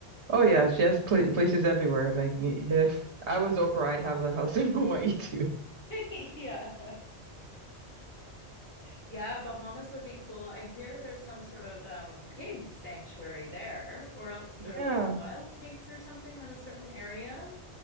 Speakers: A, on the right; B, on the left.
A: Oh yeah, she has pla places everywhere. Like y- if I was Oprah, I'd have a house <laughs> in Hawaii too.
B: Yeah. Yeah, Bahamas would be cool. I hear there's some sort of um, pig sanctuary there, or else they're
A: Yeah.
B: like wild pigs or something in a certain area.